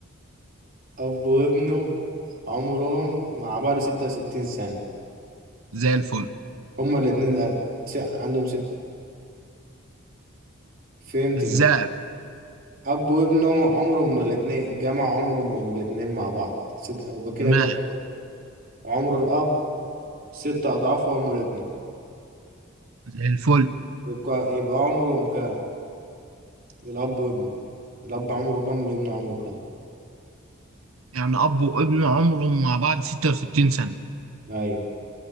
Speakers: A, on the right (about 45°); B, on the right (about 80°).
A: اب وابنه عمرهم مع بعض ستة وستين سنة
B: زي الفل
A: هما الاتنين آه، س- عندهم ست فهمتني
B: ازاي
A: اب وابنه عمرهم ما الاتنين جمع عمرهم ما الاتنين مع بعض ست يبقى كده
B: ما
A: كان ست- عمر الاب ست اضعاف عمر ابنه
B: زي الفل
A: يبقى يبقى عمرهم كام الاب وابنه الاب عمره كام والابن عمره كام
B: يعني اب وابن عمرهم مع بعض 66 سنة
A: ايوه